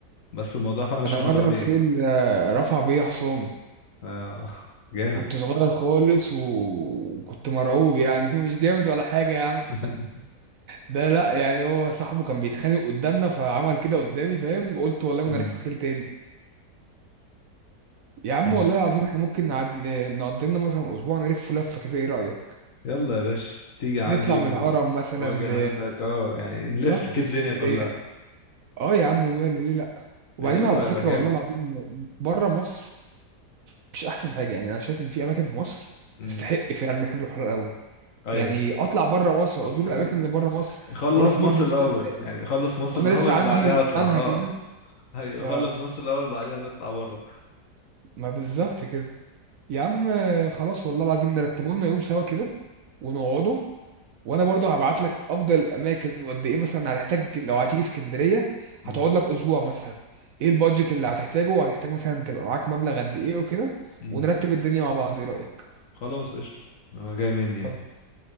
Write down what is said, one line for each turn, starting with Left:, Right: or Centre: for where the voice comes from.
Left: بس الموضوع فانا مش
Right: انا
Left: متعود
Right: مرة
Left: عليه
Right: الخيل آه، رفع بيا حصان
Left: آه جامد
Right: وكنت صغير خالص و... وكنت مرعوب يعني <laughs> مش جامد ولا حاجة يا عم
Left: <laughs>
Right: ده لا يعني هو صاحبه كان بيتخانق قدامنا فعمل كده قدامي فاهم قلت والله ما
Left: أمم،
Right: انا راكب خيل تاني يا
Left: ف...
Right: عم والله العظيم احنا ممكن نعد... نقضي لنا مثلا اسبوع نلف لفة كده ايه رأيك
Left: يلا يا باشا تيجي عندي
Right: نطلع
Left: و...
Right: من الهرم مثلا
Left: واجي
Right: ل...
Left: عندك اه يعني نلف
Right: بالظبط
Left: كده
Right: الاسكندرية
Left: الدنيا كلها
Right: اه يا عم وماله ليه لا وبعدين
Left: اليوم
Right: على
Left: هيبقى
Right: فكرة
Left: جامد
Right: والله العظيم بره مصر مش احسن حاجة يعني انا شايف ان في اماكن في مصر
Left: أمم،
Right: تستحق فعلا ان احنا نروح لها الاول
Left: ايوه
Right: يعني اطلع بره مصر ازور
Left: ال-
Right: الاماكن اللي بره مصر
Left: خلص
Right: واروح
Left: مصر
Right: برج بيزا
Left: الاول
Right: الباقي
Left: يعني خلص مصر
Right: وانا
Left: الاول
Right: لسه عندي
Left: بعدها اطلع
Right: منهج
Left: اه
Right: هنا
Left: ايوه
Right: ف
Left: خلص مصر الاول بعدها نطلع بره
Right: ما بالظبط كده يا عم خلاص والله العظيم نرتبه لنا يوم سوا كده ونقعده وانا برضه هبعت لك افضل الاماكن وقد ايه مثلا هتحتاج لو هتيجي اسكندريه هتقعد
Left: أمم،
Right: لك اسبوع مثلا ايه البادجت اللي هتحتاجه وهتحتاج مثلا تبقى معاك مبلغ قد ايه وكده
Left: أمم.
Right: ونرتب الدنيا مع بعض ايه رايك
Left: خلاص قشطه انا جاي مني يعني
Right: خلاص.